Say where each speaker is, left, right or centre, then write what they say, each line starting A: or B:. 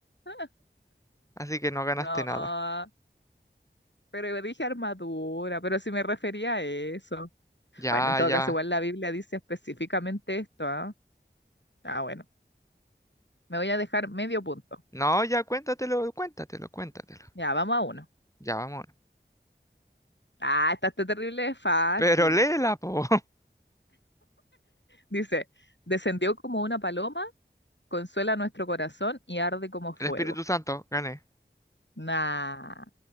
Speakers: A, on the left (about 70°); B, on the left (about 15°).
A: <laughs>
B: Así que no ganaste
A: No,
B: nada.
A: Pero yo dije armadura, pero si me refería a eso.
B: Ya,
A: Bueno, en todo
B: ya.
A: caso, igual la Biblia dice específicamente esto, ¿ah? Ah, bueno, me voy a dejar medio punto.
B: No, ya cuéntatelo, cuéntatelo, cuéntatelo.
A: Ya, vamos a uno.
B: Ya, vamos
A: Ah, esta está terrible, es fácil.
B: Pero léela, po. <laughs>
A: Dice, descendió como una paloma, consuela nuestro corazón y arde como
B: El
A: fuego.
B: Espíritu Santo, gané.
A: Nah,